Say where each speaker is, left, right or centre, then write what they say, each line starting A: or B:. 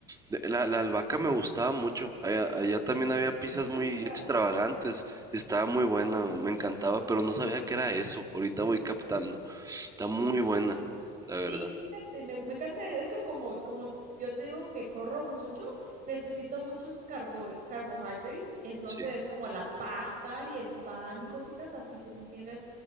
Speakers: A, on the right (about 15°); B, on the right (about 40°).
A: De- la, la albahaca me gustaba mucho. Allá, allá también había
B: Me
A: pizzas
B: encanta.
A: muy extravagantes. Estaba muy buena, me encantaba, pero no sabía que era eso. Ahorita voy captando.
B: Sí.
A: Está muy buena, la
B: Sí,
A: verdad.
B: fíjate, me, me encanta, es que como, como yo te digo que corro mucho, necesito muchos carbo, carbohydrates, entonces
A: Sí,
B: es como la pasta y el pan y cositas así, ¿sí me entiendes?